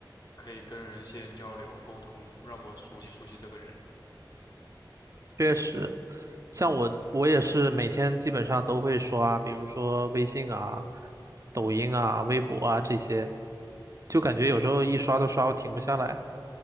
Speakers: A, on the left; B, on the right.
A: 可以跟人先交流沟通，让我熟悉熟悉这个人。
B: 确实，像我，我也是每天基本上都会刷，比如说微信啊、抖音啊、微博啊这些，就感觉有时候一刷都刷，我停不下来。